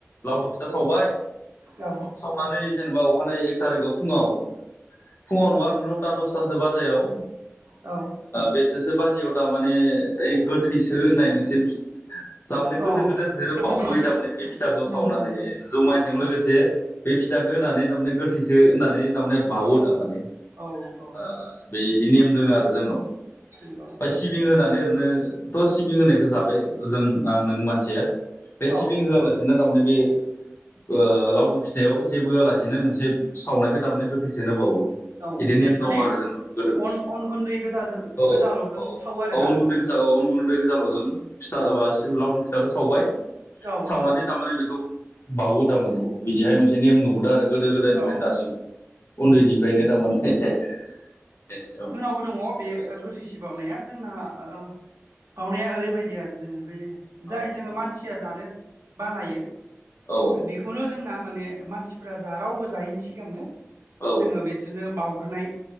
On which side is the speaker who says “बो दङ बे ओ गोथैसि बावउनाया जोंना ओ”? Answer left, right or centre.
Right